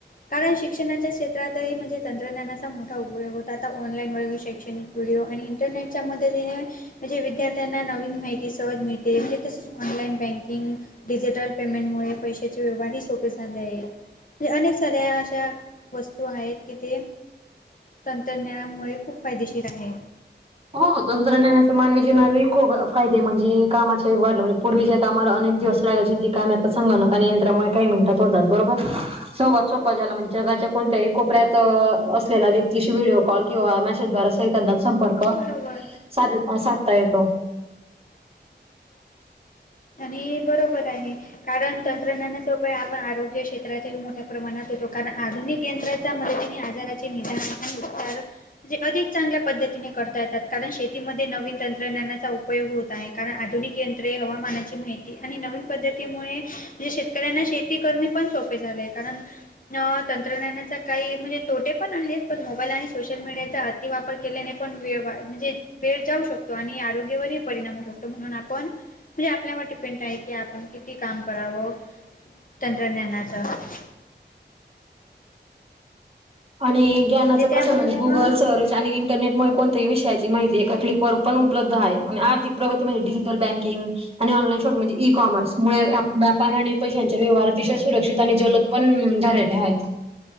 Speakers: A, on the left; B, on the right.
A: कारण शिक्षणाच्या क्षेत्रातही म्हणजे तंत्रज्ञानाचा मोठा उपयोग होता आता ऑनलाईन व शैक्षणिक व्हडिओ आणि इंटरनेटच्या मदतीने म्हणजे विद्यार्थ्यांना नवीन माहिती सहज मिळते म्हणजे तसेच ऑनलाइन बँकिंग, डिजिटल पेमेंटमुळे पैशाचे व्यवहारही सोपे झाले आहेत. म्हणजे अनेक साऱ्या अशा वस्तू आहेत की ते तंत्रज्ञानामुळे खूप फायदेशीर आहे.
B: हो तंत्रज्ञनाचा मानवी जीवनावर खूप फायदे म्हणजे कामाच्या वाढला म्हणजे पूर्वीच्या कामाला अनेक दिवस लागायची ती काम आता संगनक आणि यंत्रामुळे काही मिनिटात होतात बरोबर? संवाद सोपा झाला म्हणजे जगाच्या कोणत्याही कोपऱ्यात असलेला व्यक्तीशी व्हिडिओ कॉल किंवा मेसेज द्वारे सेकंदात संपर्क
A: बरोबर
B: सात साधता येतो.
A: ही बरोबर आहे. कारण तंत्रज्ञानाचा उपयोग आपण आरोग्य क्षेत्रातही मोठ्या प्रमाणात होतो कारण आधुनिक यंत्रात त्या मदतीने आजाराचे निदान आणि उपचार म्हणजे अधिक चांगल्या पद्धतीने करता येतात कारण शेतीमध्ये नवीन तंत्रज्ञानाचा उपयोग होतो. आहे. कारण आधुनिक यंत्रे, हवामानाची माहिती- आणि नवीन पद्धतीमुळे म्हणजे शेतकऱ्यांना शेती करणे पण सोपे झाले आहे. कारण- या तंत्रज्ञानाचा काही म्हणजे तोटे पण आहेत. पण मोबाईल आणि सोशल मीडियाचा- -ती वापर केल्याने पण वेळ वा म्हणजे- वेळ जाऊ शकतो आणि आरोग्यावरही परिणाम होऊ शकतो. म्हणून आपण जे आपल्या वाट- कि आपण किती काम करावं? तंत्रज्ञानाच.
B: आणि ज्ञानाचा
A: म्हणजे
B: प्रसार
A: त्यामुळे
B: म्हणजे गुगल
A: हं.
B: सर्च आणि इंटरनेटमुळे कोणतही विषयाची माहिती एका क्लिक वर पण उपलब्ध आहे. आणि आर्थिक प्रगती म्हणजे डिजिटल बँकिंग. आणि ऑनलाईन शॉपिंग म्हणजे ई कॉमर्स मुळे व्यापार आणि पैशांच्या व्यवहाराचे अतिशय सुरक्षित आणि जलद- पण झालेले आहेत.